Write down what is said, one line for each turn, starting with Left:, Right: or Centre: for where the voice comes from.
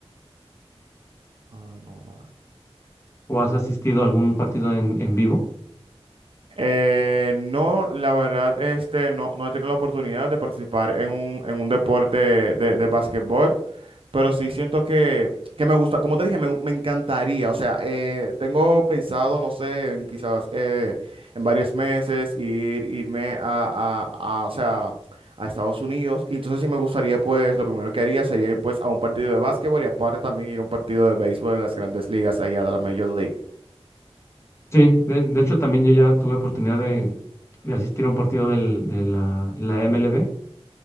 Right: Ah, no, no.
Left: o has asistido a algún partido en, en vivo?
Right: Eh, no, la verdad, este, no, no he tenido la oportunidad de participar en un, en un deporte de, de básquetbol, pero sí siento que, que me gusta, como te dije, me, me encantaría, o sea, eh, tengo pensado, no sé, en quizás eh, en varios meses ir, irme a, a, a, o sea, a Estados Unidos, y entonces sí me gustaría, pues, lo primero que haría sería ir, pues, a un partido de básquetbol y aparte también ir a un partido de béisbol de las grandes ligas allá de la Major League.
Left: Sí, de, de hecho también yo ya tuve oportunidad de, de asistir a un partido del- de la, la MLB.